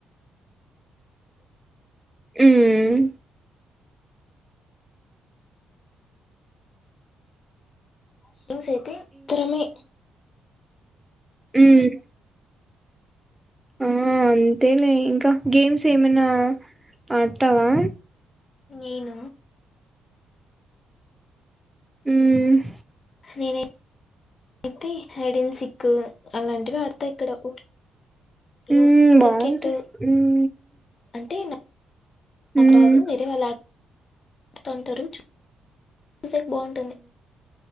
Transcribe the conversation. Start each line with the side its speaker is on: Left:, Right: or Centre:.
Centre: హ్మ్
Left: సేవింగ్స్ అయితే తరమే
Centre: హు ఉ ఆ అంతేలే ఇంకా గేమ్స్ ఏమైనా ఆడతావా
Left: నేను
Centre: ఉమ్
Left: నేనే అయితే హైడన్ సిక్కు అలాంటివి ఆడతాయి ఇక్కడ ఊ యం
Centre: మ్మ్
Left: క్రికెట్టు
Centre: బాగుంటాయి మ్మ్
Left: అంటే నా నాకు
Centre: మ్మ్
Left: రాదు వేరే వాళ్ళు ఆడ తంటరు చు చూసాక బావుంటుంది.